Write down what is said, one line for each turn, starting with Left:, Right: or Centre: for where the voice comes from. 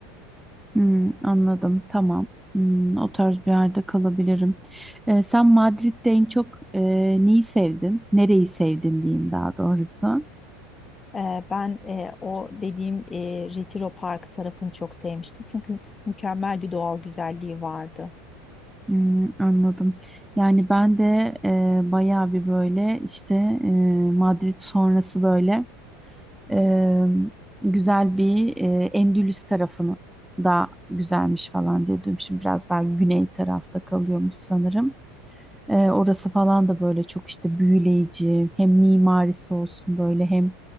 Centre: Hmm, anladım. Tamam. Hmm, o tarz bir yerde kalabilirim. Ee, sen Madrid'de en çok e, neyi sevdin? Nereyi sevdin diyeyim daha doğrusu.
Left: Ee, Ben e, o dediğim e, Retiro Park tarafını çok sevmiştim. Çünkü mükemmel bir doğal güzelliği vardı.
Centre: Hmm, anladım. Yani ben de e, bayağı bir böyle işte e, Madrid sonrası böyle e, güzel bir e, Endülüs tarafını da güzelmiş falan diye duydum. Şimdi biraz daha güney tarafta kalıyormuş sanırım. E, orası falan da böyle çok işte büyüleyici hem mimarisi olsun böyle hem